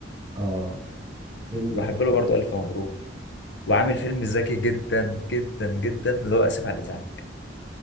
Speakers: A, on the right; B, on the left.
A: اه فيلم
B: وبحب
A: تحفه
B: له برضه ألف مبروك وعامل فيلم ذكي جدا جدا جدا اللي هو آسف على الإزعاج